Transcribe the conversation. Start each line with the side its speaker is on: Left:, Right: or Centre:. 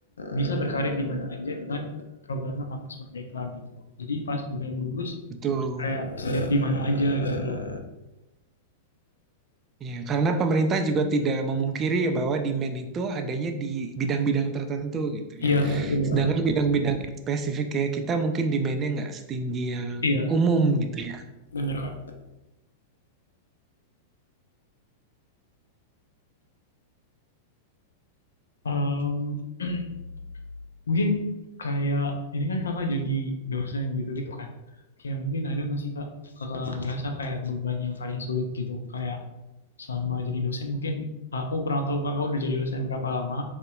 Left: bisa berkarir di mana aja dengan programnya kampus Merdeka gitu jadi pas udah lulus
Right: betul.
Left: kayak siap di mana aja gitu loh
Right: Iya, karena pemerintah juga tidak memungkiri ya bahwa demand itu adanya di bidang-bidang tertentu gitu
Left: iya
Right: ya.
Left: benar
Right: Sedangkan bidang-bidang yang spesifik kayak kita mungkin demandnya nggak setinggi yang
Left: iya
Right: umum gitu ya.
Left: benar kak Em, <clears throat> mungkin kayak ini kan kakak jadi dosen gitu gitu kan kayak mungkin ada nggak sih kak kakak ngerasa kayak beban yang paling sulit gitu kayak selama jadi dosen mungkin aku kurang tahu kakak udah jadi dosen berapa lama